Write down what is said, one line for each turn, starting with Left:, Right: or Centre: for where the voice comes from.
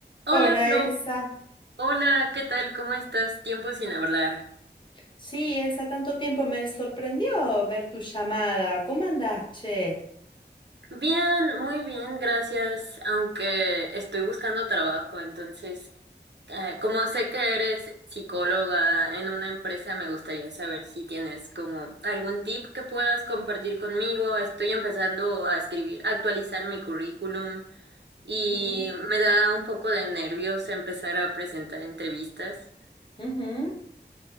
Right: Hola
Left: Hola
Right: Flo,
Left: Elsa.
Right: hola, ¿qué tal? ¿Cómo estás? Tiempo sin hablar.
Left: Sí, Elsa, tanto tiempo me sorprendió ver tu llamada. ¿Cómo andás, che?
Right: Bien, muy bien, gracias, aunque estoy buscando trabajo, entonces, eh, como sé que eres psicóloga en una empresa, me gustaría saber si tienes como algún tip que puedas compartir conmigo. Estoy empezando a escribir, a actualizar mi currículum y
Left: Ujú,
Right: me da un poco de nervios empezar a presentar entrevistas.
Left: ujú.